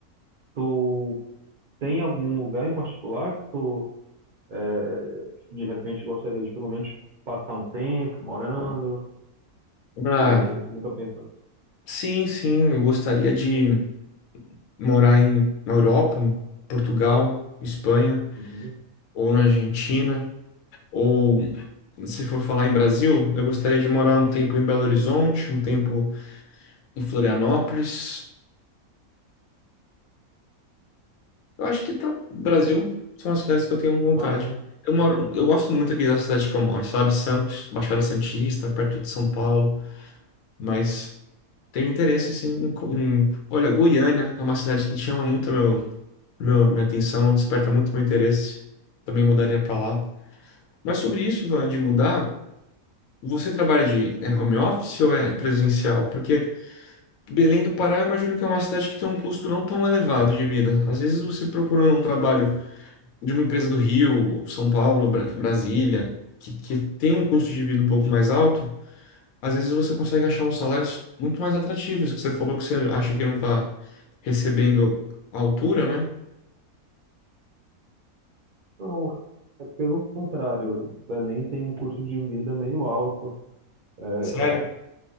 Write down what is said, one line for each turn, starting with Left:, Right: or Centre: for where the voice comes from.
Right: Tu tem algum lugar em particular que tu, eh, de repente, gostaria de pelo menos passar um tempo morando?
Left: Ah,
Right: Ou nunca pensou?
Left: sim, sim, eu gostaria de morar em, na Europa, em Portugal, Espanha,
Right: Uhum.
Left: ou na Argentina, ou se for falar em Brasil, eu gostaria de morar um tempo em Belo Horizonte, um tempo em Florianópolis, Eu acho que tá. Brasil são as cidades que eu tenho vontade.
Right: Aham.
Left: Eu moro, eu gosto muito aqui da cidade que eu moro, sabe? Santos, Baixada Santista, perto de São Paulo, mas tenho interesse assim em, co- em- olha, Goiânia é uma cidade que chama muito meu, meu minha atenção, desperta muito meu interesse. Também mudaria para lá. Mas sobre isso, Ivan, de mudar, você trabalha de é home office ou é presencial? Porque Belém do Pará, eu imagino que é uma cidade que tem um custo não tão elevado de vida. Às vezes você procurando um trabalho de uma empresa do Rio, São Paulo, Bra- Brasília, que, que tem um custo de vida um pouco mais alto, às vezes você consegue achar uns salários muito mais atrativos, que você falou que você acha que não está recebendo a altura, né?
Right: Não, é pelo contrário. Belém tem um custo de vida meio alto. eh,
Left: Sério?